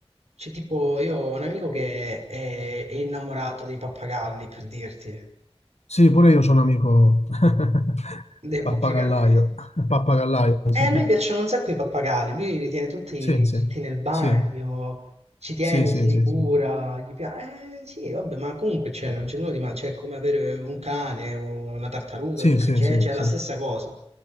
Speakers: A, on the right; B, on the left.
A: C'è tipo, io ho un amico che è, è innamorato dei pappagalli, per dirti.
B: Sì, pure io ho un amico <laughs>
A: Dei
B: pappagallaio,
A: pappagalli.
B: pappagallaio, sì.
A: Eh, a lui piacciono un sacco i pappagalli, lui li tiene tutti,
B: Sì, sì,
A: tutti nel bagno,
B: sì,
A: ci tiene,
B: sì, sì,
A: se li
B: sì,
A: cura,
B: sì,
A: gli piace. Eh sì, vabbè, ma comunque c'è, non c'è nulla di male, cioè è come avere un cane o una tartaruga,
B: sì,
A: un criceto,
B: sì, sì,
A: cioè è
B: sì.
A: la stessa cosa.